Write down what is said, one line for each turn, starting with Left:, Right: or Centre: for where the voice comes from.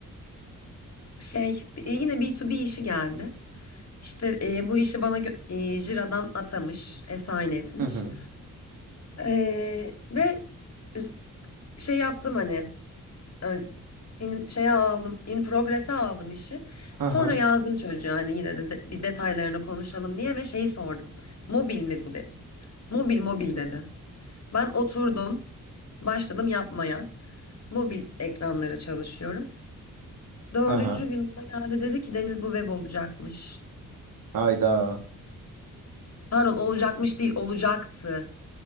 Left: Şey e, yine b to b işi geldi. İşte e, bu işi bana gö- e, Jira'dan atamış, assign etmiş.
Right: Hı hı.
Left: E, ve e, şey yaptım hani e, in, şeye aldım, in progress'e aldım işi.
Right: Hı
Left: Sonra
Right: hı.
Left: yazdım çocuğa hani yine de, de bir detaylarını konuşalım diye ve şeyi sordum. Mobil mi bu dedim. Mobil mobil dedi. Ben oturdum. Başladım yapmaya. Mobil ekranlara çalışıyorum. Dördüncü
Right: Hı hı.
Left: gün bana geldi dedi ki Deniz bu web olacakmış.
Right: Hayda.
Left: Pardon olacakmış değil olacaktı.